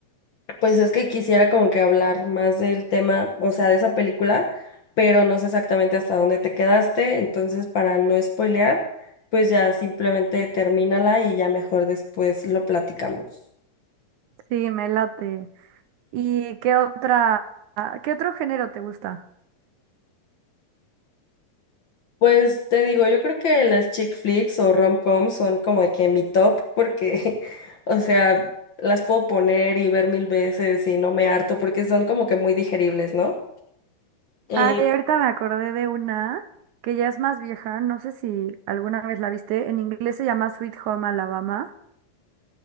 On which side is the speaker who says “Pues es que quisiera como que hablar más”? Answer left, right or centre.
Left